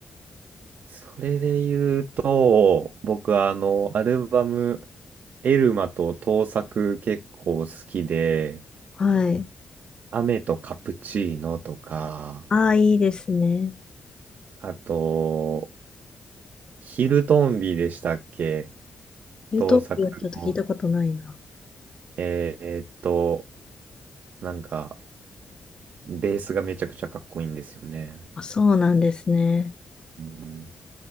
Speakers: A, on the right; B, on the left.
A: それで言うと、僕はあの、アルバム、エルマと盗作結構好きで、
B: はい。
A: 雨とカプチーノとか、
B: ああ、いいですね。
A: あと、ヒルトンビでしたっけ
B: ルートピアちょっと聞いたことないな。
A: 当作の。えーえーっと、なんか、ベースがめちゃくちゃかっこいいんですよね。
B: あ、そうなんですね。
A: うん